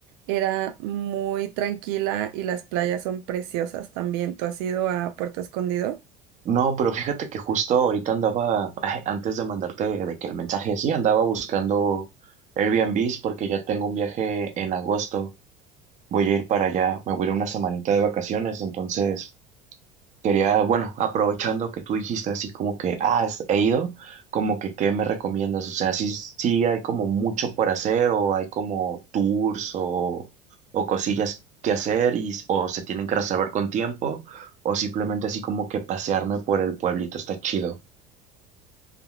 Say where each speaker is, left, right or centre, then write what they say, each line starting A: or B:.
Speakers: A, on the right (about 75°); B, on the right (about 35°).
A: era muy tranquila y las playas son preciosas también. ¿Tú has ido a Puerto Escondido?
B: No, pero fíjate que justo ahorita andaba, <laughs> antes de mandarte de que el mensaje, sí, andaba buscando Airbnbs porque ya tengo un viaje en agosto. Voy a ir para allá, me voy a ir una semanita de vacaciones, entonces Quería, bueno, aprovechando que tú dijiste así como que, ah, es- he ido, como que, ¿qué me recomiendas? O sea, sí, sí hay como mucho por hacer o hay como tours o, o cosillas que hacer y, o se tienen que reservar con tiempo o simplemente así como que pasearme por el pueblito está chido.